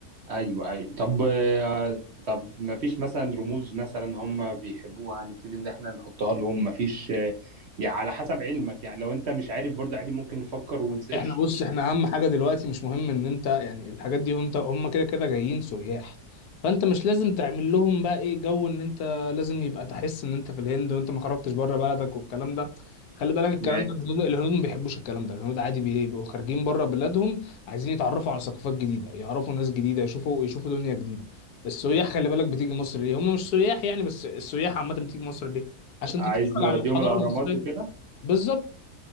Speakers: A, on the right; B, on the left.
A: ايوه ايوه طب آه، طب ما فيش مثلا رموز مثلا هم بيحبوها نبتدي ان احنا نحطها لهم ما فيش آه، يعني على حسب علمك يعني لو انت مش عارف برضه عادي ممكن نفكر ونسيرش
B: احنا بص
A: ما فيش
B: احنا اهم حاجه دلوقتي مش مهم ان انت يعني الحاجات دي انت هم كده كده جايين سياح فانت مش لازم تعمل لهم بقى ايه جو ان انت لازم يبقى تحس ان انت في الهند وانت ما خرجتش بره بلدك والكلام ده خلي بالك الكلام
A: ما-
B: ده الهنود الهنود ما بيحبوش الكلام ده الهنود عادي بيبقوا خارجين بره بلادهم عايزين يتعرفوا على ثقافات جديده يعرفوا ناس جديده يشوفوا يشوفوا دنيا جديده السياح خلي بالك بتيجي مصر ليه هم مش سياح يعني بس السياح عامه بتيجي مصر ليه عشان
A: عايز
B: تتفرج
A: نوديهم
B: على الحضاره
A: الاهرامات
B: المصريه
A: وكده
B: بالظبط